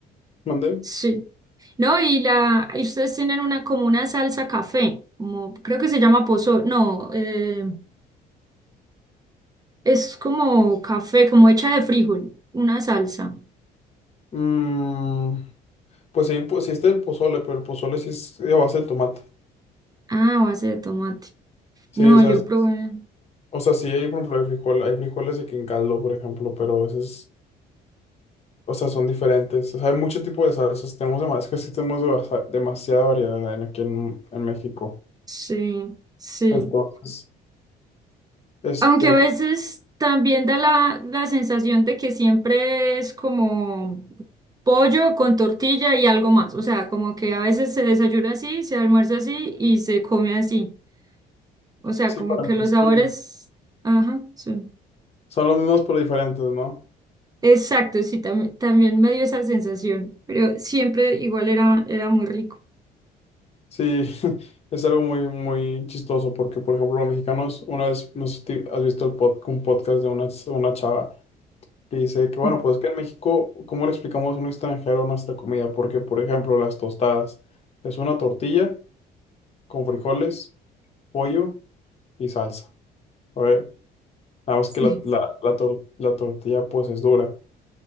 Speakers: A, on the left (about 40°); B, on the right (about 20°).
A: ¿Mandé?
B: sí. No, y la, y ustedes tienen una como una salsa café, como creo que se llama pozo, no, eh, es como café, como hecha de frijol, una salsa.
A: Mm, pues sí, pues sí está el pozole, pero el pozole sí es de base de tomate.
B: Ah, a base de tomate.
A: Sí,
B: No,
A: o sea,
B: yo
A: es-
B: probé.
A: o sea, sí hay, por ejemplo, hay frijol, hay frijoles de que en caldo, por ejemplo, pero esos, es- o sea, son diferentes. O sea, hay mucho tipo de salsas. Tenemos demasiado, es que sí tenemos demasi- demasiada variedad en, aquí en, en México.
B: Sí, sí.
A: Entonces, este,
B: Aunque a veces también da la, la sensación de que siempre es como pollo con tortilla y algo más. O sea, como que a veces se desayuna así, se almuerza así y se come así. O sea,
A: sí,
B: como
A: para
B: que los
A: nosotros.
B: sabores... Ajá, sí.
A: Son los mismos pero diferentes, ¿no?
B: Exacto, sí, también, también me dio esa sensación, pero siempre igual era, era muy rico.
A: Sí, <laughs> es algo muy, muy chistoso porque, por ejemplo, los mexicanos, una vez, no sé si te- has visto el pod- un podcast de una, una chava que dice que, bueno,
B: Mm,
A: pues es que en México, ¿cómo le explicamos a un extranjero nuestra comida? Porque, por ejemplo, las tostadas es una tortilla con frijoles, pollo y salsa. A ver, nada más
B: Sí.
A: que la, la, la, tor- la tortilla pues es dura,